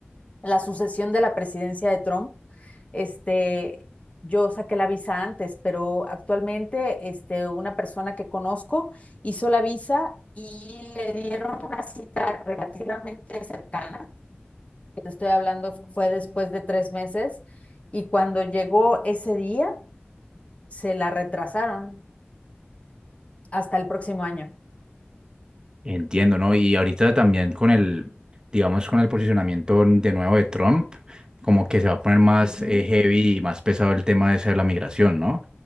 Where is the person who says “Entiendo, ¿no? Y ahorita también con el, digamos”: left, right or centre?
Right